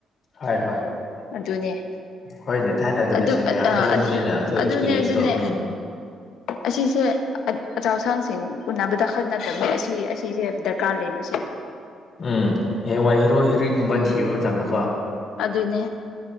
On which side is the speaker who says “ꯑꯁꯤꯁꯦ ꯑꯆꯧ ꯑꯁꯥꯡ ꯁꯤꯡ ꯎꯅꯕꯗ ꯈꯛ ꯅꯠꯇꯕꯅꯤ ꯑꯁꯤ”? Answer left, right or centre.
Left